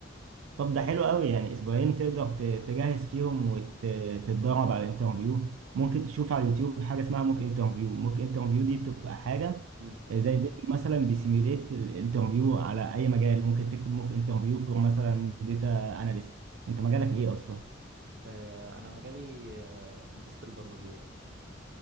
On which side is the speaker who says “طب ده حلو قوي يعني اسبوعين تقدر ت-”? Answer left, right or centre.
Right